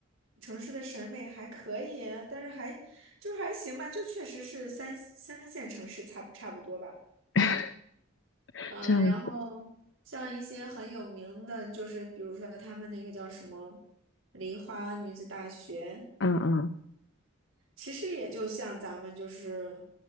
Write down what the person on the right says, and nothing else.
城市的审美还可以啊，但是还就是还行吧，就确实是三三线城市差差不多吧，
嗯、
呃然后像一些很有名的，就是比如说他们那个叫什么梨花女子大学。
其实也就像咱们就是，